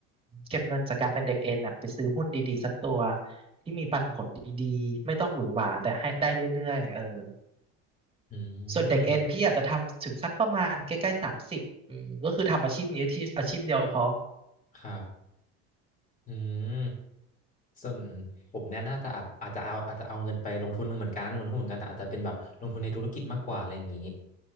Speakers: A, on the right (about 20°); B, on the left (about 25°).
A: เก็บเงินจากการเป็นเด็กเอ็นน่ะไปซื้อหุ้นดีๆสักตัวที่มีปันผลดีๆไม่ต้องหวือหวาแต่ให้ได้เรื่อยๆเออ
B: อื
A: ส่วนเด็กเอ็นพี่อาจจะทำถึงสักประมาณใกล้ๆสามสิบอืมก็คือทำอาชีพนี้ที่อาชีพเดียวพอ
B: มครับอืมส่วนผมเนี่ยน่าจะอาจอาจจะเอาอาจจะเอาเงินไปลงทุนเหมือนกันลงทุนเหมือนกันแต่อาจจะเป็นแบบลงทุนในธุรกิจมากกว่าอะไรอย่างนี้